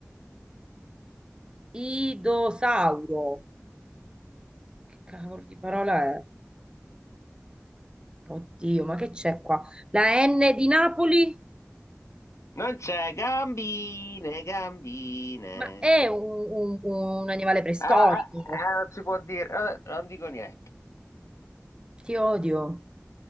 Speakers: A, on the right; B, on the left.
A: Idosauro. Che cavolo di parola è? Oddio, ma che c'è qua? La N di Napoli?
B: non c'è gambine, gambine.
A: Ma è un, un- un animale preistorico.
B: Ah, ah, ah, non si può dire, Eh, non dico niente.
A: Ti odio.